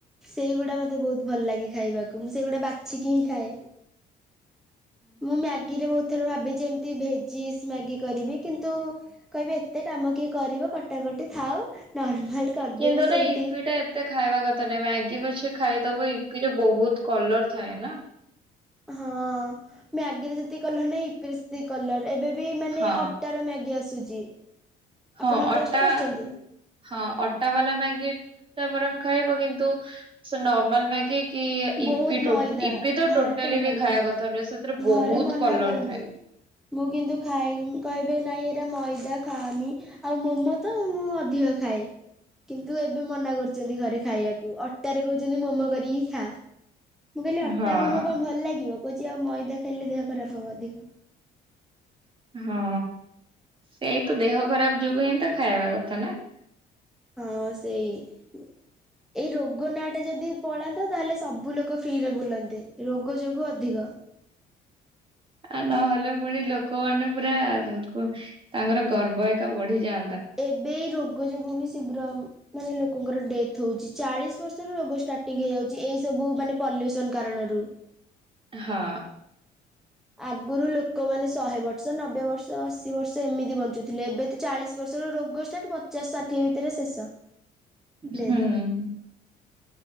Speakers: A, in the centre; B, on the right (about 30°).
A: ସେଇଗୁଡା ମତେ ବହୁତ ଭଲ ଲାଗେ ଖାଇବାକୁ ମୁଁ ସେଇଗୁଡା ବାଛିକି ହିଁ ଖାଏ। ମୁଁ ମ୍ୟାଗିରେ ବହୁତ ଥର ଭାବିଚି ଏମିତି ଭେଜିସ ମ୍ୟାଗି କରିବି କିନ୍ତୁ। କହିବି ଏତେ କାମ କିଏ କରିବ କଟାକଟି ଥାଉ ନର୍ମାଲ କରିଦେବି
B: କିନ୍ତୁ ନା
A: ସେମିତି।
B: ଇପି ଟା ଏତେ ଖାଇବା କଥା ନୁହେଁ ମ୍ୟାଗି ପଛେ ଖାଇଦବ ଇପିରେ ବହୁତ କଲର ଥାଏ ନା।
A: ହଁ ମ୍ୟାଗିରେ ଯେତିକି କଲର ନାଇ ଇପିରେ ସେତିକି କଲର ଏବେ ବି ମାନେ
B: ହଁ
A: ଅ ଅଟାର ମ୍ୟାଗି ଆସୁଛି।
B: ହଁ
A: ଆପଣ
B: ଅଟା
A: ଟେଷ୍ଟ କରିଛନ୍ତି?
B: ହଁ ଅଟା ବାଲା ମ୍ୟାଗି ଟା ବରଂ ଖାଇବ କିନ୍ତୁ ସେ ନର୍ମାଲ ମ୍ୟାଗି। କି
A: ବହୁତ
B: ଇପି ଟୋ
A: ମଇଦା
B: ଇପି ତ
A: ଘରେ
B: ଟୋଟାଲି
A: ଗାଳି
B: ବି ଖାଇବା
A: କରନ୍ତି।
B: କଥା ନୁହେଁ ସେଥିରେ ବହୁତ
A: ଘରେ ମନା
B: କଲର
A: କରନ୍ତି।
B: ଥାଏ।
A: ମୁଁ କିନ୍ତୁ ଖାଏ ଉଁ କହିବେ ନାଇଁ ଏଇଟା ମଇଦା ଖାଆନି। ଆଉ ମୋମୋ ତ ମୁଁ ଅଧିକ ଖାଏ କିନ୍ତୁ ଏ ଏବେ ମନା କରୁଛନ୍ତି ଘରେ ଖାଇବାକୁ ଅଟାରେ କହୁଛନ୍ତି ମୋମୋ କରିକି ଖା। ମୁଁ କହିଲି ଅଟା
B: ହଁ
A: ମୋମୋ କଣ ଭଲ ଲାଗିବ? କହୁଛି ଆଉ ମଇଦା ଖାଇଲେ ଦେହ ଖରାପ ହବ ଅଧିକ।
B: ହଁ ସେଇ ତ ଦେହ ଖରାପ ଯୋଗୁ ହିଁ ତ ଖାଇବା କଥା ନା।
A: ହଁ ସେଇ। ଏଇ ରୋଗ ନା ଟା ଯଦି ପଳାନ୍ତା ତାହେଲେ ସବୁ ଲୋକ ଫ୍ରିରେ ବୁଲନ୍ତେ ରୋଗ ଯୋଗୁ ଅଧିକ।
B: ଆଉ ନହେଲେ ପୁଣି ଲୋକମାନେ ପୁରା କୁ ତାଙ୍କର ଗର୍ବ ଏକା ବଢିଯା
A: ଏବେ ରୋଗ ଯୋଗୁ ବି ଶୀଘ୍ର ମାନେ ଲୋକଙ୍କର ଡେଥ୍ ହେଉଛି। ଚାଳିଶ ବର୍ଷରୁ ରୋଗ ଷ୍ଟାର୍ଟିଂ ହେଇଯାଉଛି ଏଇସବୁ ମାନେ ପଲ୍ୟୁସନ୍ କାରଣରୁ।
B: ହଁ।
A: ଆଗରୁ ଲୋକମାନେ ଶହେ ବର୍ଷ ନବେ ବର୍ଷ ଅଶୀ ବର୍ଷ ଏମିତି ବଞ୍ଚୁଥିଲେ। ଏବେ ତ ଚାଳିଶ ବର୍ଷର ରୋଗ ଷ୍ଟାର୍ଟ ପଚାଶ ଷାଠିଏ ଭିତରେ ଶେଷ।
B: ହୁଁ।
A: ଡେଥ୍